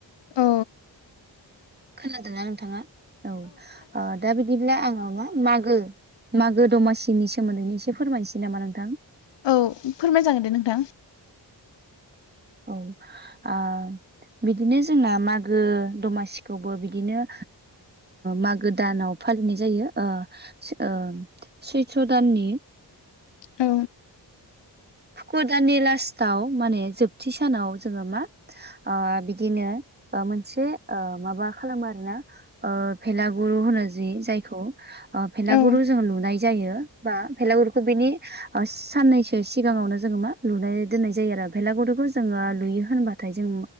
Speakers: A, on the left; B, on the right.
A: औ
B: खोनादोंना नोंथाङा औ दा बिदिब्ला आङो मा मागो मागो दमासिनि सोमोन्दैनो एसे फोरमायनोसै नामा नोंथां
A: औ फोरमाय जागोन दे नोंथां
B: औ आ बिदिनो जोंना मागो दमासिखौबो बिदिनो मागो दानाव फालिनाय जायो सैथ्र दाननि
A: औ
B: गोदाननि लास्टाव माने जोबथि सानाव जोङो मा बिदिनो मोनसे माबा खालामो आरोना ओभेलागुरु होनो जि जायखौ भेलागुरु
A: औ
B: जोङो लुनाय जायो बा भेलागुरुखौ बिनि साननैसो सिगाङावनो जोङो मा लुनाय दोननाय जायो आरो भेलागुरखौ जोङो लुयो होनबाथाय जों